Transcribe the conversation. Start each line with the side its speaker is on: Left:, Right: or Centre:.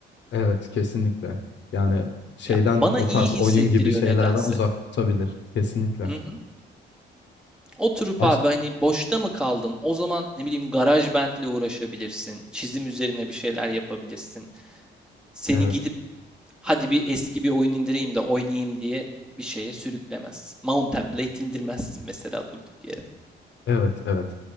Left: evet kesinlikle. Yani şeyden
Centre: Ya bana
Left: o
Centre: iyi
Left: tarz
Centre: hissettiriyor
Left: oyun gibi şeylerden
Centre: nedense.
Left: uzak tutabilir. Kesinlikle.
Centre: Hı hı. Oturup
Left: Aç,
Centre: abi hani boşta mı kaldın? O zaman ne bileyim GarageBand'le uğraşabilirsin. Çizim üzerine bir şeyler yapabilirsin. Seni
Left: evet.
Centre: gidip hadi bir eski bir oyun indireyim de oynayayım diye bir şeye sürüklemez. Mountain Blade indirmezsin mesela durduk yere.
Left: Evet, evet.